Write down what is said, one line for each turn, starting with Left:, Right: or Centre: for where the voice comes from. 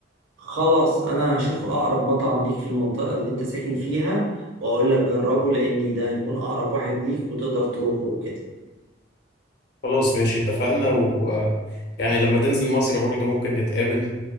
Right: خلاص انا هشوف اقرب مطعم ليك في المنطقه اللي انت ساكن فيها واقول لك جربه لاني ده هيكون اقرب واحد ليك وتقدر تروحه وكده
Left: خلاص ماشي اتفقنا و يعني لما تنزل مصر برضه ممكن نتقابل